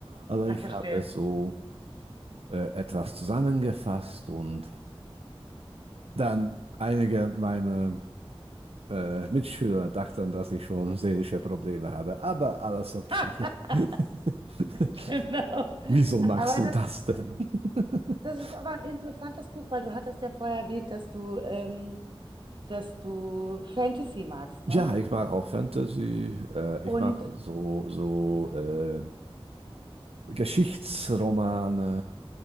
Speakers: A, on the right (about 80°); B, on the right (about 55°).
A: aber
B: Ah,
A: ich
B: verstehe.
A: habe es so äh, etwas zusammengefasst und dann einige meiner äh, Mitschüler dachten, dass ich schon seelische Probleme habe, aber alles okay.
B: <laughs>
A: <laughs>
B: Genau.
A: Wieso machst
B: Aber
A: du
B: das,
A: das denn? <laughs>
B: das ist aber ein interessantes Buch, weil du hattest ja vorher erwähnt, dass du, ähm, dass du Fantasy magst, ne?
A: Ja, ich mag auch Fantasy. Äh,
B: Und
A: ich mag so, so äh, Geschichtsromane.